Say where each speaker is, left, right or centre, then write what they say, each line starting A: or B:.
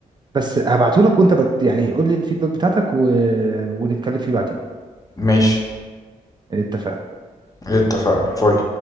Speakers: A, on the right (about 30°); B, on the left (about 20°).
A: بس هبعته لك وانت بت يعني قول لي الفيدباك بتاعتك و... ونتكلم فيه بعدين
B: ماشي
A: اتفقنا
B: اتفقنا فل